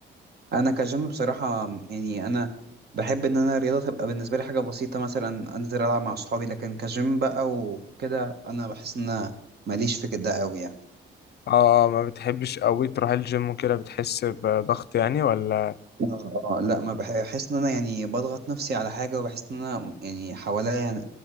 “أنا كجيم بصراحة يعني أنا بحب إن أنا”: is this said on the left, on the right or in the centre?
Right